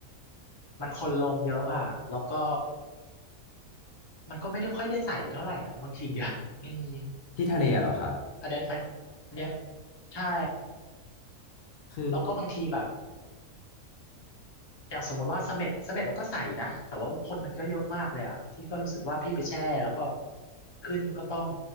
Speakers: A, on the left; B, on the left.
A: มันคนลงเยอะอ่ะแล้วก็มันก็ไม่ได้ค่อยได้ใส่เท่าไหร่นะบางทีอ่ะอืม
B: ที่ทะเลอะเหรอครับ
A: อันเนี้ยอันเนี้ยใช่
B: คือ
A: แล้วก็บางทีแบบอย่างสมมติว่าเสม็ดเสม็ดมันก็ใส่นะแต่ว่าคนมันก็เยอะมากเลยอ่ะที่ก็รู้สึกว่าพี่ไปแช่แล้วก็ขึ้นก็ต้อง